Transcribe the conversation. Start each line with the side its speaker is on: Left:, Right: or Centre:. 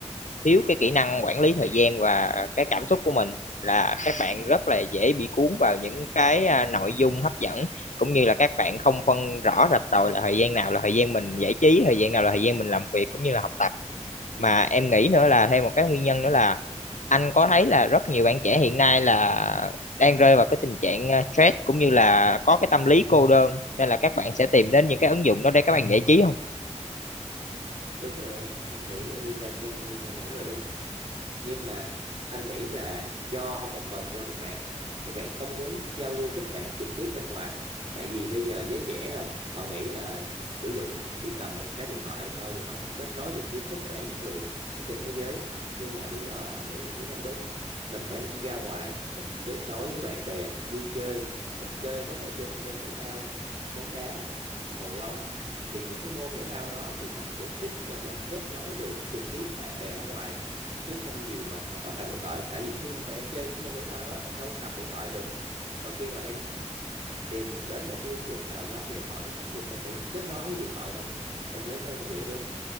Left: thiếu cái kỹ năng quản lý thời gian và cái cảm xúc của mình là các bạn rất là dễ bị cuốn vào những cái à, nội dung hấp dẫn cũng như là các bạn không phân rõ rạch ròi là thời gian nào là thời gian mình giải trí thời gian nào là thời gian mình làm việc cũng như là học tập mà em nghĩ nữa là thêm một cái nguyên nhân nữa là anh có thấy là rất nhiều bạn trẻ hiện nay là đang rơi vào cái tình trạng à, stress cũng như là có cái tâm lý cô đơn nên là các bạn sẽ tìm đến những cái ứng dụng đó để các bạn giải trí không?
Right: đúng rồi em anh nghĩ cái nguyên nhân của em nêu ra là rất là đúng nhưng mà anh nghĩ là do một phần do các bạn nữa các bạn không muốn giao lưu kết bạn trực tiếp bên ngoài tại vì bây giờ giới trẻ là họ nghĩ là sử dụng chỉ cầm một cái điện thoại thôi thì họ sẽ kết nối được với tất cả những người ở trên thế giới nhưng mà điều đó anh nghĩ nó cũng không đúng mình phải đi ra ngoài mình kết nối với bạn bè vui chơi mình chơi có thể chơi một môn thể thao bóng đá cầu lông thì những cái môn thể thao đó thì nó sẽ giúp cho mình kết nối được trực tiếp bạn bè ở ngoài chứ không gì mà mà cầm điện thoại tại vì khi mà em chơi những môn thể thao đó em đâu có cầm điện thoại được còn khi mà em tìm đến một cái ứng dụng nào đó trên điện thoại thì bắt buộc em phải kết nối với điện thoại thôi em thấy có như vậy có đúng không